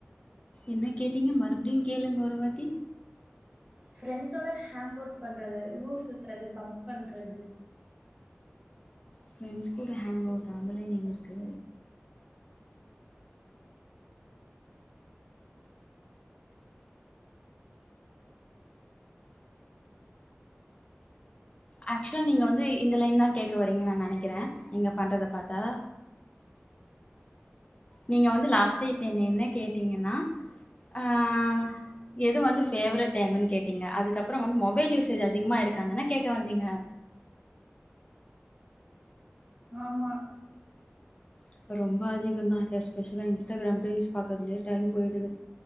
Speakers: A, on the left; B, on the right.
A: என்ன கேட்டீங்க மறுடியு கேளுங்க ஒருவாட்டி
B: ஃப்ரெண்ஸ்ஸோட ஹேங் அவுட் பண்றது ஊர் சுத்துறது பம்ப் பண்றது
A: ஃப்ரெண்ட்ஸ் கூட ஹேங் அவுட் உங்க லைன் எங்க இருக்கு ஆக்சுவல்லா நீங்க வந்து இந்த லைன் தா கேக்க வரீங்கன் நா நெனைக்கிறே நீங்க பண்றத பாத்தா நீங்க வந்து லாஸ்ட்டா இப்ப என்ன என்ன கேட்டீங்கன்னா ஆஹ் எது வந்து ஃபேவரட் டைம்ன்னு கேட்டீங்க அதுக்கப்றோ வந்து மொபைல் யூசேஜ் அதிக்மா இருக்கான் தானே கேக்க வந்தீங்க
B: ஆமா
A: இப்போ ரொம்ப அதிகோ தா எஸ்பெஷலா இன்ஸ்டாகிராம் ரீல்ஸ் பாக்றதுலேயே டைம் போயிடுது